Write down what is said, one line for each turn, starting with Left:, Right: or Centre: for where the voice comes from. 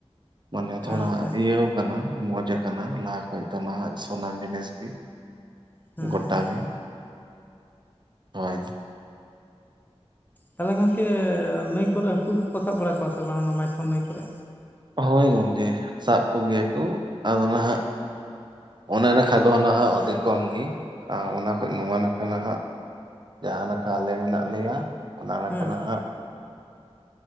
Right: ᱢᱟᱱᱮ ᱛᱷᱚᱲᱟ
Left: ᱟᱪᱪᱷᱟ ᱟᱪᱪᱷᱟ
Right: ᱤᱭᱟᱹᱣ ᱟᱠᱟᱱᱟ ᱢᱚᱸᱡᱽ ᱟᱠᱟᱱᱟ ᱞᱟᱦᱟ ᱠᱷᱚᱡ ᱫᱚ ᱱᱟᱦᱟᱜ ᱥᱟᱱᱟᱢ ᱡᱤᱱᱤᱥ ᱜᱤ ᱾
Left: ᱦᱮᱸ
Right: ᱜᱚᱴᱟ
Left: ᱦᱮᱸ
Right: ᱜᱮ, ᱦᱳᱭ
Left: ᱛᱟᱦᱚᱞᱮ ᱜᱚᱝᱠᱮ ᱱᱟᱹᱭ ᱠᱚᱨᱮ ᱦᱟᱹᱠᱩ ᱠᱚᱯᱮ ᱥᱟᱵ ᱵᱟᱲᱟ ᱠᱚᱣᱟ ᱥᱮ ᱵᱟᱝ ᱚᱱᱟ ᱢᱟᱭᱛᱷᱚᱱ ᱱᱟᱹᱭ ᱠᱚᱨᱮ,
Right: ᱦᱳᱭ ᱜᱚᱝᱠᱮ ᱥᱟᱵ ᱠᱚᱜᱮᱭᱟ ᱠᱚ ᱟᱫᱚ ᱱᱟᱦᱟᱜ, ᱚᱱᱟ ᱱᱟᱠᱷᱟ ᱫᱚ ᱱᱟᱦᱟᱜ ᱟᱹᱰᱤ ᱠᱚᱢ ᱜᱮ ᱚᱱᱟ ᱠᱷᱚᱡ ᱱᱚᱣᱟ ᱱᱟᱠᱷᱟ ᱱᱟᱦᱜ ᱡᱟᱦᱟᱸᱱᱟᱠᱷᱟᱦ ᱟᱞᱮ ᱢᱮᱱᱟᱜ ᱞᱮᱭᱟ ᱚᱱᱟ ᱱᱟᱠᱷᱟᱦ
Left: ᱦᱮᱸ
Right: ᱱᱟᱦᱟᱜ